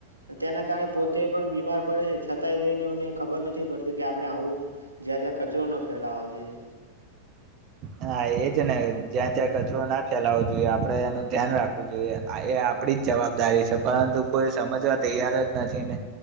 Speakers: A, on the right (about 85°); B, on the right (about 35°).
A: છે તેના કારણે પોતે પણ બીમાર પડે છે છતાંય તે એનેમને ખબર નથી પડતી કે આપડે આવું જ્યાં ત્યાં કચરો ન ફેલાવો જોઈએ
B: હા એ જ ને જ્યાં ત્યાં કચરો ના ફેલાવો જોઈએ આપે એનું ધ્યાન રાખવું જોઈએ એ આપડી જ જવાબદારી છે પરંતુ કોઈ સમજવા તૈયાર જ નથી ને